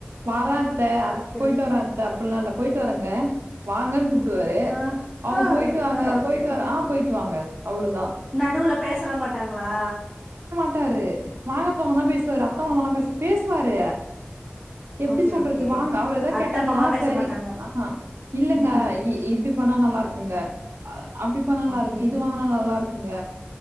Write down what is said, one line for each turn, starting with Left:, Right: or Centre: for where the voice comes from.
Right: வரா அத் த்த
Centre: ஓகே
Right: போயிட்டு
Centre: ஓகே
Right: வர அத்த அப்டில்லா இல்ல போயிட்டு வரங்க வாங்கன்னு கூப்புடுவாரு
Centre: ஆ
Right: அவங்க
Centre: ஆ
Right: போயிட்டு வாங்க
Centre: ஆ
Right: போயிட்டு வ ஆ போயிட்டு வாங்க அவ்ளோதான்.
Centre: நடுவுல பேசல மாட்டாங்களா?
Right: ட்டாரு வாங்கப் போங்கதா பேசுவாரு அத்த மாமால பேச பேசுவாரு. எப்டி
Centre: ஓகே
Right: சொல்றது
Centre: ஓகே
Right: வாங்க அவர் எதாவ்
Centre: அத்த
Right: கேட்டருனா
Centre: மாமா பேச
Right: சரி
Centre: மாட்டாங்க
Right: ஆ இல்லைங்க
Centre: ம்
Right: இப்படி ப நல்லா இருக்குங்க அ அப்டிப் நல்லா
Centre: ஓகே
Right: இருக்கு இது வாங்கினா நல்லா இருக்குங்க